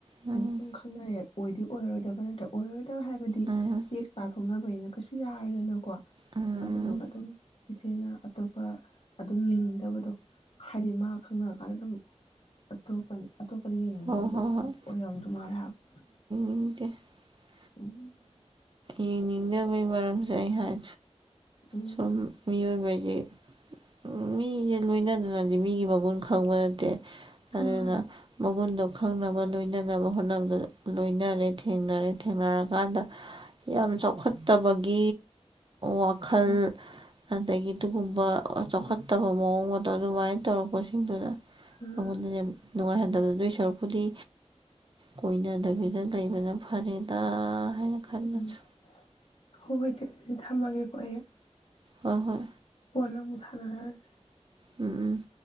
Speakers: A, on the right (about 45°); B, on the left (about 55°).
A: ꯎꯝ
B: ꯁꯨꯝ ꯈꯪꯅꯔꯦ ꯑꯣꯏꯗꯤ ꯑꯣꯏꯔꯣꯏꯗꯕ ꯅꯠꯇ꯭ꯔꯣ? ꯑꯣꯏꯔꯣꯏꯗꯕ ꯍꯥꯏꯕꯗꯤ
A: ꯎꯝ
B: ꯌꯦꯛ ꯄꯥꯊꯣꯛꯅꯕ <unintelligible> ꯌꯥꯔꯣꯏꯗꯅꯀꯣ
A: ꯎꯝ
B: ꯑꯗꯨꯗꯨꯒ ꯑꯗꯨꯝ ꯏꯆꯦꯅ ꯑꯇꯣꯞꯄ ꯑꯗꯨꯝ ꯌꯦꯡꯅꯤꯡꯗꯕꯗꯣ ꯍꯥꯏꯗꯤ ꯃꯥ ꯈꯪꯅꯔ ꯀꯥꯟꯗ ꯑꯗꯨꯝ ꯑꯇꯣꯞꯄ ꯑꯇꯣꯞꯄꯗ ꯌꯦꯡꯅꯤꯡꯗꯕꯗꯣ
A: ꯍꯣꯏ ꯍꯣꯏ ꯍꯣꯏ
B: ꯑꯣꯏꯔꯝꯗꯨ ꯃꯥꯜꯂꯦ ꯍꯥꯏꯕ꯫
A: <unintelligible>
B: ꯎꯝ꯫
A: ꯌꯦꯅꯤꯡꯗꯕꯩ ꯃꯔꯝꯖꯦ ꯑꯩ ꯍꯥꯏ
B: ꯎꯝ
A: ꯁꯨꯝ ꯃꯤꯌꯣꯏꯕ ꯖꯦ ꯎ ꯃꯤꯖ ꯂꯣꯏꯅꯗꯅꯗꯤ ꯃꯤꯒꯤ ꯃꯒꯨꯟ ꯈꯪꯕ ꯅꯠꯇꯦ꯫ ꯑꯗꯨꯅ
B: ꯃꯥꯅꯤ
A: ꯃꯒꯨꯟꯗꯣ ꯈꯪꯅꯕ ꯂꯣꯏꯅꯅꯕ ꯍꯣꯠꯅꯕꯗ ꯂꯣꯏꯅꯔꯦ ꯊꯦꯡꯅꯔꯦ ꯊꯦꯡꯅꯔꯀꯥꯟꯗ ꯌꯥꯝ ꯆꯥꯎꯈꯠ ꯇꯕꯒꯤ ꯋꯥꯈꯜ
B: ꯍꯣ
A: ꯑꯗꯒꯤ ꯑꯗꯨꯒꯨꯝꯕ ꯆꯥꯎꯈꯠꯇꯕ
B: ꯎꯝ
A: ꯃꯑꯣꯡ ꯃꯥꯇꯧ ꯑꯗꯨꯃꯥꯏꯅ ꯇꯧꯔꯛꯄꯁꯤꯡꯗꯨꯅ
B: ꯎꯝ
A: ꯑꯩꯉꯣꯟꯗꯅꯦ ꯅꯨꯡꯉꯥꯏꯍꯟꯗꯕ ꯑꯗꯨꯏ ꯁꯔꯨꯛꯄꯨꯗꯤ ꯀꯣꯏꯅꯗꯕꯤꯗ ꯂꯩꯕꯅ ꯐꯔꯦꯗ ꯍꯥꯏꯔ ꯈꯟꯕꯗꯨ
B: ꯎꯝ ꯍꯣꯏ ꯍꯣꯏ ꯆꯦ ꯑꯗꯨꯗꯤ ꯊꯝꯃꯒꯦꯀꯣ ꯑꯩ
A: ꯍꯣꯏ ꯍꯣꯏ
B: ꯀꯣꯟꯅꯥ ꯑꯃꯨꯛ ꯁꯥꯟꯅꯔꯖꯦ
A: ꯎꯝ ꯎꯝ